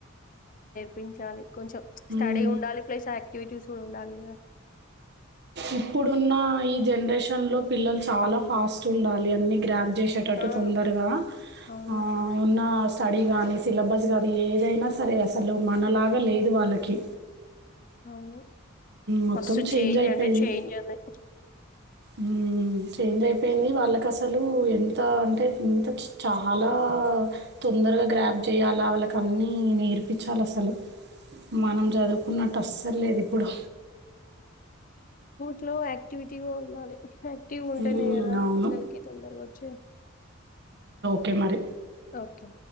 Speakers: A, on the left; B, on the right.
A: పించాలి కొంచెం
B: హ్మ్.
A: స్టడీ ఉండాలి. ప్లస్ యాక్టివిటీస్ కూడా ఉండాలి ద
B: ఇప్పుడున్న ఈ జనరేషన్ లో పిల్లలు చాలా ఫాస్ట్ ఉండాలి అన్ని గ్రా చేసేటట్టు
A: ఆ.
B: తొందరగా
A: అవును.
B: ఆ ఉన్న స్టడీ కానీ సిలబస్ కానీ ఏదైనా సరే అసలు మనలాగా లేదు వాళ్ళకి
A: అవును
B: మొత్తం
A: మస్తు
B: చేంజ్ అయిపోయింది
A: అంటే చేంజ్ ఉంది.
B: ఉం చేంజ్ అయిపోయింది వాళ్ళకి అసలు ఎంత అంటే ఇంత చాలా తొందరగా గ్రాప్ చేయాలి వాళ్ళక అన్ని నేర్పించాలి అసలు మనం
A: హ్మ్.
B: చదువుకున్నట్టు అసల్లేదు ఇప్పుడు
A: ఫ్లో యాక్టివిటీవో ఉండాలి యాక్టివ్గా ఉంటేనే
B: ఉమ్,
A: కదా
B: అవును
A: పిల్లలకి తొందరగా వచ్చేది
B: కే మరి
A: ఓకే